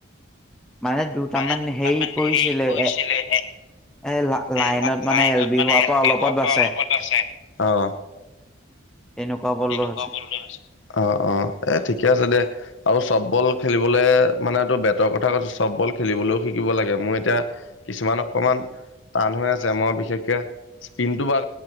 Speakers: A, in the centre; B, on the left (about 70°).
A: মানে দুটামান
B: মানে দুটামান
A: পৰিছিলে
B: হেৰি কৰিছিলে।
A: এ
B: এই
A: এ লা- মানে
B: লাইনত
A: এল বি
B: মানে
A: হোৱাৰ
B: এল
A: পৰা
B: বি
A: অলপত
B: হোৱাৰ
A: বাচে।
B: পৰা অলপত আছে অ।
A: তেনেকুৱা বল
B: <unintelligible>
A: আছিল
B: অ' অ' ঠিকে আছে দে। আৰু চব বল খেলিবলৈ মানেটো বেটৰ কথা কৈছো চব বল খেলিবলৈও শিকিব লাগে। মোৰ এতিয়া কিছুমান অকমান টান হৈ আছে, মই বিশেষকে স্পিনটো <unintelligible> ভ